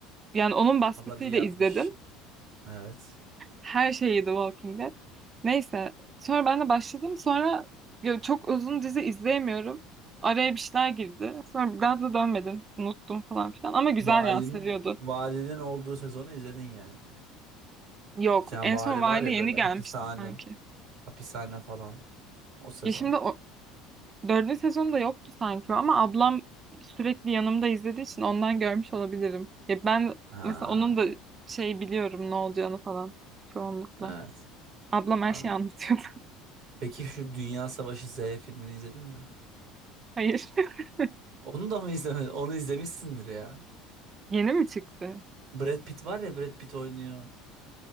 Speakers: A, on the right; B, on the right.
A: Yani onun baskısıyla
B: Ablan iyi yapmış.
A: izledim.
B: Evet.
A: Her şeyi The Walking Dead. Neyse. Sonra ben de başladım. Sonra ya çok uzun dizi izleyemiyorum. Araya bir şeyler girdi. Sonra bir daha da dönmedim. Unuttum falan filan. Ama güzel
B: Valinin
A: ya sarıyordu.
B: valinin olduğu sezonu izledin yani.
A: Yok.
B: Bir tane
A: En
B: vali
A: son Vali
B: var ya
A: yeni
B: böyle
A: gelmişti
B: hapishane,
A: sanki.
B: hapishane falan o sezon.
A: Ya şimdi o dördüncü sezonda yoktu sanki o ama ablam sürekli yanımda izlediği için ondan görmüş olabilirim. Ya ben
B: Ha,
A: mesela onun da şey biliyorum ne olacağını falan çoğunlukla.
B: evet
A: Ablam
B: anladım.
A: her şeyi anlatıyordu.
B: Peki şu Dünya Savaşı Z filmini izledin mi?
A: <laughs> Hayır. <laughs>
B: Onu da mı izlemedin? Onu izlemişsindir ya.
A: Yeni mi çıktı?
B: Brad Pitt var ya Brad Pitt oynuyor.